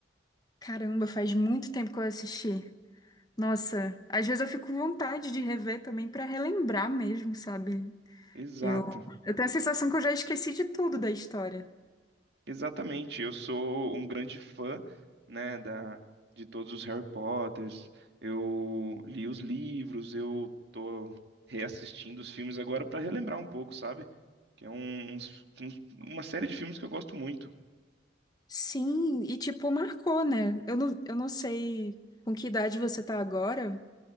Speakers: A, on the left; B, on the right.
A: Caramba, faz muito tempo que eu assisti. Nossa, às vezes eu fico com vontade de rever também pra relembrar mesmo, sabe?
B: Exato,
A: Eu, eu tenho a sensação que eu já esqueci de tudo da história.
B: exatamente. Eu sou um grande fã, né, da, de todos os Harry Potters. Eu li os livros, eu tô reassistindo os filmes agora para relembrar um pouco, sabe? que é um, uns, uns- uma série de filmes que eu gosto muito.
A: Sim, e tipo, marcou, né? Eu não, eu não sei com que idade você tá agora,